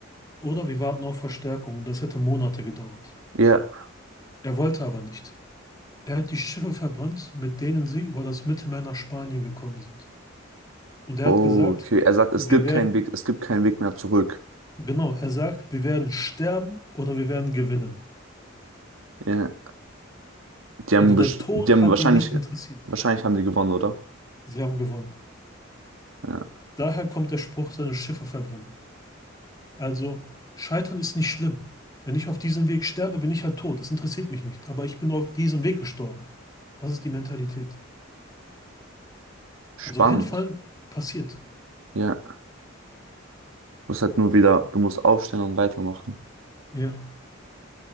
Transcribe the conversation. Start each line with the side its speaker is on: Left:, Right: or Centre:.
Left: oder wir warten auf Verstärkung. Und das hätte Monate gedauert.
Right: ja.
Left: Er wollte aber nicht. Er hat die Schiffe verbrannt, mit denen sie über das Mittelmeer nach Spanien gekommen sind. Und er
Right: Oh,
Left: hat gesagt,
Right: okay. Er sagt, es
Left: wir
Right: gibt
Left: werden
Right: keinen Weg, es gibt keinen Weg mehr zurück.
Left: Genau, er sagt, wir werden sterben oder wir werden gewinnen.
Right: Ja. Die haben,
Left: Also der
Right: best-
Left: Tod
Right: die haben
Left: hat
Right: wahrscheinlich,
Left: ihn nicht interessiert.
Right: wahrscheinlich haben die gewonnen, oder?
Left: Sie haben gewonnen.
Right: Ja.
Left: Daher kommt der Spruch, seine Schiffe verbrennen. Also Scheitern ist nicht schlimm. Wenn ich auf diesem Weg sterbe, bin ich halt tot. Das interessiert mich nicht. Aber ich bin auf diesem Weg gestorben. Das ist die Mentalität.
Right: Spannend.
Left: Also hinfallen passiert.
Right: Ja. Du musst halt nur wieder, du musst aufstehen und weitermachen.
Left: Ja.